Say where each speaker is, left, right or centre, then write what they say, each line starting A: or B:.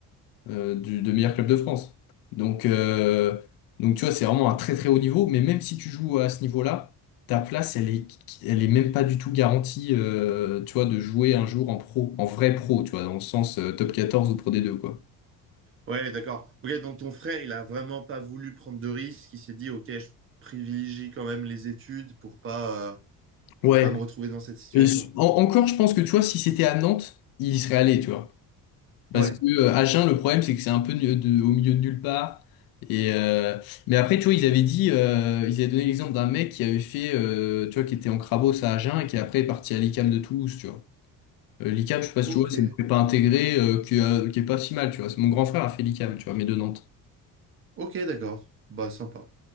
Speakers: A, on the left; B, on the right.
A: euh, du, de meilleur club de France. Donc, euh, donc tu vois, c'est vraiment un très très haut niveau, mais même si tu joues à ce niveau-là, ta place, elle est, elle est même pas du tout garantie, euh, tu vois, de jouer un jour en pro, en vrai pro, tu vois, dans le sens euh, top 14 ou pro d deux, quoi.
B: Ouais, d'accord. Ok, donc ton frère, il a vraiment pas voulu prendre de risques. Il s'est dit, ok, je privilégie quand même les études pour pas, euh,
A: Ouais.
B: pour pas me retrouver dans cette situation.
A: Et je- en- encore, je pense que tu vois, si c'était à Nantes, il y serait allé, tu vois. Parce
B: Ouais.
A: que euh, Agen, le problème, c'est que c'est un peu nu- de- au milieu de nulle part. Et euh, mais après, tu vois, ils avaient dit, euh, ils avaient donné l'exemple d'un mec qui avait fait, euh, tu vois, qui était en Crabos à Agen et qui après est parti à l'ICAM de Toulouse, tu vois. Euh, l'ICAM, je sais pas
B: Ok.
A: si tu vois, c'est une prépa intégrée euh, qui, euh, qui est pas si mal, tu vois. C'est Mon grand frère a fait l'ICAM, tu vois, mais de Nantes.
B: Ok, d'accord. Bah, sympa.